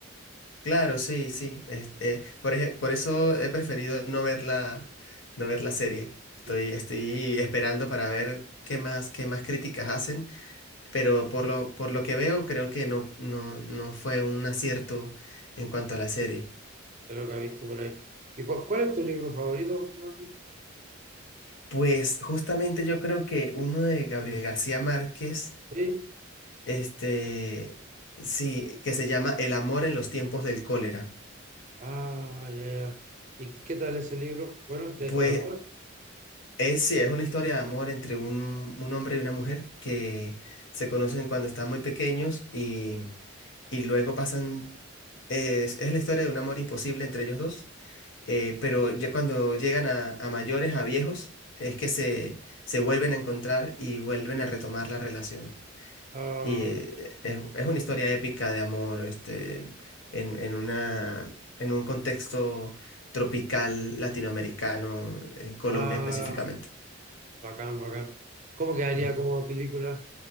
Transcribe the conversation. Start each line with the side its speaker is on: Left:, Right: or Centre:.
Left: Claro, sí, sí. es- eh, por, ej- por eso he preferido no ver la, no ver la serie. Estoy,
Right: de
Left: estoy esperando para ver qué más, qué más críticas hacen, pero por lo, por lo que veo creo que no, no, no fue un acierto en cuanto a la serie.
Right: lo que ha visto por ahí. ¿Y cu- cuál es tu libro favorito, Fernando?
Left: Pues justamente yo creo que uno de Gabriel García Márquez
Right: Sí.
Left: Este, sí, que se llama El amor en los tiempos del cólera.
Right: Ah, ya, ya. ¿Y qué tal ese libro? Bueno, de,
Left: Pues
Right: de amor.
Left: es, sí, es una historia de amor entre un, un hombre y una mujer que se conocen cuando están muy pequeños y, y luego pasan, es, es la historia de un amor imposible entre ellos dos, eh, pero ya cuando llegan a, a mayores, a viejos, es que se, se vuelven a encontrar y vuelven a retomar la relación.
Right: Ah,
Left: Y eh, es, es una historia épica de amor, este, en, en una, en un contexto tropical latinoamericano, en Colombia
Right: ah,
Left: específicamente.
Right: bacán, bacán. ¿Cómo quedaría
Left: Ujú.
Right: como película